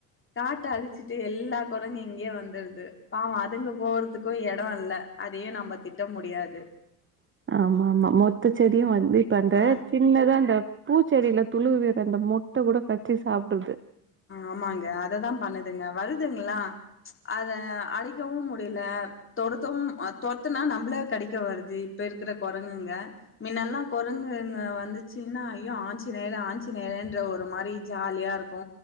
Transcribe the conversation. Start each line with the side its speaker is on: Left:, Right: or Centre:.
Left: காட்ட அழிச்சிட்டு எல்லா கொரங்கு இங்க்யே வந்துடுது பாவோ அதுங்க போறதுக்கு எடோ இல்ல அதையு நம்ம திட்ட முடியாது
Right: ஆமா ஆமா மொத்த செடியு வந்து இப்ப அந்த
Left: ஆ
Right: சின்னதா அந்த பூச்செடில துளுவிற அந்த மொட்ட கூட கச்சி சாப்டுது
Left: ஆமாங்க அததா பண்ணுதுங்க வருதுங்களா அத அடிக்கவு முடியல தொரத்தவும் ஆ தொர்த்னா நம்மள கடிக்க வருது இப்ப இருக்குற கொரங்குங்க மின்னெல்லா கொரங்குங்க வந்து சின்னா ஐயோ ஆஞ்சிநேயர் ஆஞ்சிநேயருன்ற ஒரு மாரி ஜாலியா இருக்கு